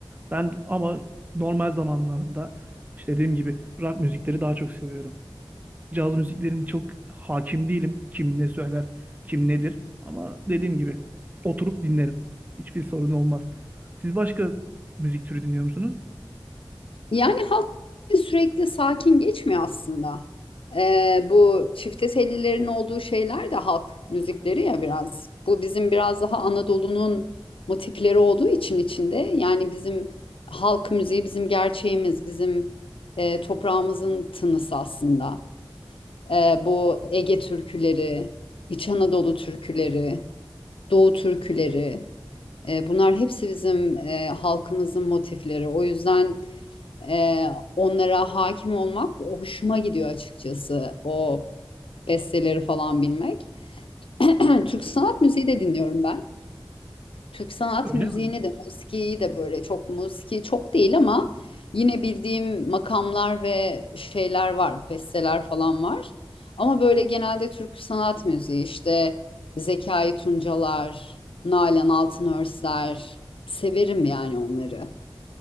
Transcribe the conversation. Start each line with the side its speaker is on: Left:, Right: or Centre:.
Right: Ben ama normal zamanlarında işte dediğim gibi rock müzikleri daha çok seviyorum. Caz müziklerini çok hakim değilim. Kim ne söyler, kim nedir. Ama dediğim gibi oturup dinlerim. Hiçbir sorun olmaz. Siz başka müzik türü dinliyor musunuz?
Left: Yani halk sürekli sakin geçmiyor aslında. Ee, bu çifte tellilerin olduğu şeyler de halk müzikleri ya biraz. Bu bizim biraz daha Anadolu'nun motifleri olduğu için içinde. Yani bizim halk müziği bizim gerçeğimiz, bizim e, toprağımızın tınısı aslında. Ee, bu Ege türküleri, İç Anadolu türküleri, Doğu türküleri,
Right: Hı hı.
Left: e, bunlar hepsi bizim e, halkımızın motifleri. O yüzden... Ee, onlara hakim olmak hoşuma gidiyor açıkçası. O besteleri falan bilmek. <clears throat> Türk sanat müziği de dinliyorum ben. Türk sanat
Right: Öyle
Left: müziğini
Right: mi?
Left: de, musikiyi de böyle çok musiki çok değil ama yine bildiğim makamlar ve şeyler var, besteler falan var. Ama böyle genelde Türk sanat müziği işte Zekai Tuncalar, Nalan Altınörsler severim yani onları.